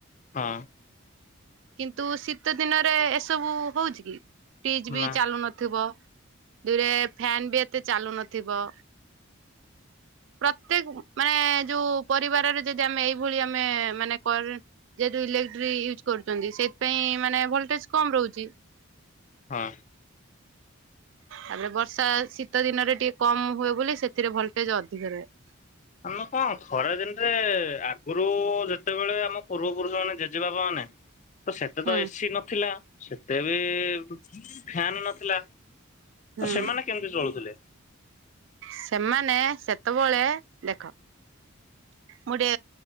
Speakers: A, on the left; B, on the right.
A: ହଁ
B: କିନ୍ତୁ ଶୀତ ଦିନରେ ଏସବୁ ହଉଛି କି ଫ୍ରିଜ ବି
A: ନା
B: ଚାଲୁନ ଥୁବ ଦୁରେ ଫ୍ୟାନ ବି ଏତେ ଚାଲୁ ନଥିବ। ପ୍ରତ୍ୟେକ ମାନେ ଯୋଉ ପରିବାରରେ ଯଦି ଆମେ ଏଇଭଳି ଆମେ ମାନେ କର୍ ଯେତୁ ଇଲେକ୍ଟ୍ର ୟୁଜ କରୁଛନ୍ତି ସେଥିପାଇଁ ମାନେ ଭୋଲଟେଜ କମ ରହୁଚି।
A: ହଁ
B: ତାପରେ ବର୍ଷା ଶୀତ ଦିନରେ ଟିକେ କମ ହୁଏ ବୋଲି ସେଥିରେ ଭୋଲଟେଜ ଅଧିକ ରୁହେ।
A: ଆମେ କଣ ଖରାଦିନରେ ଆଗରୁ ଯେତେବେଳେ ଆମ ପୂର୍ବ ପୁରୁଷ ମାନେ ଜେଜେବାପା ମାନେ ତ ସେତେ
B: ହୁଁ
A: ତ ଏସି ନଥିଲା ସେତେ ବି ଫ୍ୟାନ ନଥିଲା। ତ
B: ହୁଁ
A: ସେମାନେ କେମିତି ଚଳୁଥିଲେ?
B: ସେମାନେ ସେତେବେଳେ ଦେଖ। ମୁଡେ